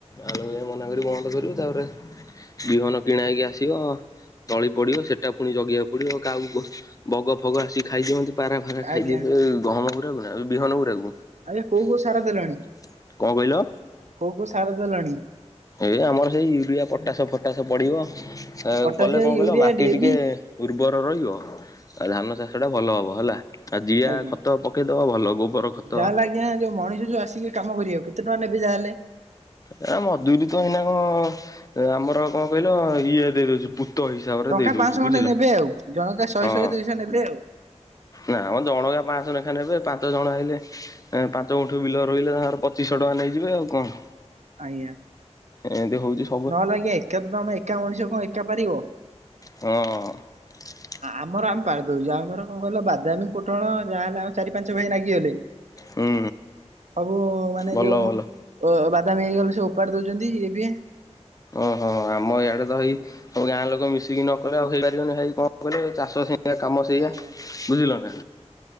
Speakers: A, on the left; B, on the right.
A: ଆଲୋକ ଯାଇ ମନା କରିବୁ ବନ୍ଦ କରିବୁ ତାପରେ ବିହନ କିଣାହେଇକି ଆସିବ। ତଳି ପଡିବ ସେଟା ପୁଣି ଜଗିବାକୁ ପଡିବ କାଉ ବଗ ଫଗ ଆସି ଖାଇ ଯିବେନ୍ତେ। ପାରା ଫାରା
B: ଆଜ୍ଞା
A: ଖାଇଦେବେ ଗହମ ଗୁରାକୁ ନା ବିହନ ଗୁରାକୁ।
B: ଆଜ୍ଞା କୋଉ
A: କଣ
B: କୋଉ ସାର ଦେଲଣି
A: କହିଲ?
B: କୋଉ କୋଉ ସାର ଦେଲଣି?
A: ଏଇ ଆମର ସେଇ ୟୁରିଆ, ପଟାସ ଫଟାସ ପଡିବ। କଲେ
B: ପଟାସିଆ
A: କଣ କହିଲ
B: ୟୁରିଆ
A: ମାଟି
B: ଡିଏବି
A: ଟିକେ ଉର୍ବର ରହିବ ଆଉ ଧାନ ଚାଷ ଟା ଭଲ ହବ ହେଲା। ଆଉ ଜିଆ
B: ଆଜ୍ଞା।
A: ଖତ ପକେଇଦବ ଭଲ ଗୋବର ଖତ
B: ଯାହାହେଲେ ଆଜ୍ଞା ଯୋଉ ମଣିଷ ଯଉ ଆସିକି କାମ କରିବାକୁ କେତେ ଟଙ୍କା ନେବେ ଯାହେଲେ?
A: ଏ ମଜୁରୀ ତ ଏଇନା କଣ ଆମର କଣ କହିଲ ଇଏ ଦେଇଦଉଚି ପୁତ୍ ଗୁଣ୍ଠ ହିସାବରେ
B: ଟଙ୍କା
A: ଦେଇ ଦଉଛି
B: ପାଞ୍ଚଶହ ଖଣ୍ଡେ
A: ବୁଝିଲ,
B: ନେବେ ଆଉ ଜଣକା ଶହେ
A: ହଁ।
B: ଶହେ ଦୁଇଶହ ନେବେ ଆଉ
A: ନାମ ଜଣକା ପାଞ୍ଚ ଶହ ଲେଖା ନେବେ ପାଞ୍ଚ ଜଣ ହେଲେ ଆଁ ପାଞ୍ଚ ଗୁଣ୍ଠ ବିଲ ରୋଇଲେ ତାଙ୍କର ପଚିଶିସହ ଟଙ୍କା ନେଇଯିବେ ଆଉ କଣ?
B: ଆଜ୍ଞା।
A: ଏମିତି ହଉଛି ଶୁ
B: ନହେଲେ ଆଜ୍ଞା ଏକା ତ ତମେ ଏକା ମଣିଷ କଣ ଏକା ପାରିବ?
A: ହଁ <unintelligible>
B: ଆମର ଆମେ ପାରିଦୋଉଚୁ ଆମର କଣ କହିଲ ବାଦାମୀ ପୋଟଳ ଯାହାହେଲେ ଚାରି ପାଞ୍ଚ ଭାଇ ଲାଗିଗଲେ
A: ହୁଁ
B: ସବୁ ମାନେ
A: ଭଲ
B: ଯୋଉ
A: ଭଲ
B: ଓ ବାଦାମି ହେଇଗଲେ ସେ ଓପାଡି ଦଉଛନ୍ତି ଇଏ ବିଏ।
A: ଓ ହ ଆମ ଇଆଡେ ତ ଭାଇ ଗାଁ ଲୋକ ମିଶିକି ନ କଲେ ଆଉ ହେଇପାରିବନି ଭାଇ କଣ କଲେ ଚାଷ ସେ ୟା କାମ ସେଇଆ
B: ଆଜ୍ଞା।
A: ବୁଝିଲ ନା।